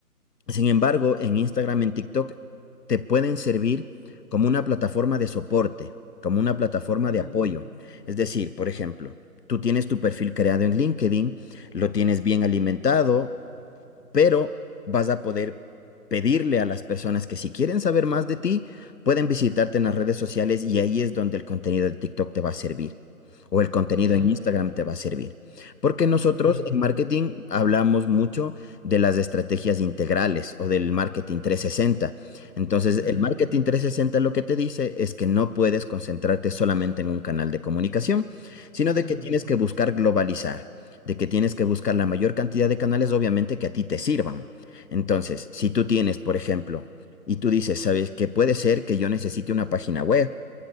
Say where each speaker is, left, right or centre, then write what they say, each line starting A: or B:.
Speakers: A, on the left (about 80°); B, on the left (about 25°).
A: Sin embargo, en Instagram, en TikTok, te pueden servir como una plataforma de soporte, como una plataforma
B: Mm,
A: de apoyo. Es decir, por ejemplo, tú tienes tu perfil creado en LinkedIn, lo tienes bien alimentado, pero vas a poder pedirle a las personas que si quieren saber más de ti, pueden visitarte en las redes sociales y ahí es donde el contenido de TikTok te va a servir. O el contenido
B: ya.
A: en Instagram te va a servir. Porque nosotros
B: Ujú.
A: en marketing hablamos mucho de las estrategias integrales o del marketing 360. Entonces,
B: Ujú,
A: el marketing 360 lo que te dice es que no puedes concentrarte solamente en un canal de comunicación, sino
B: mm,
A: de que tienes que buscar globalizar de que tienes que buscar la mayor cantidad de canales, obviamente, que a ti te sirvan. Entonces, si tú tienes, por ejemplo, y tú dices, ¿sabes que Puede ser que yo necesite una página web.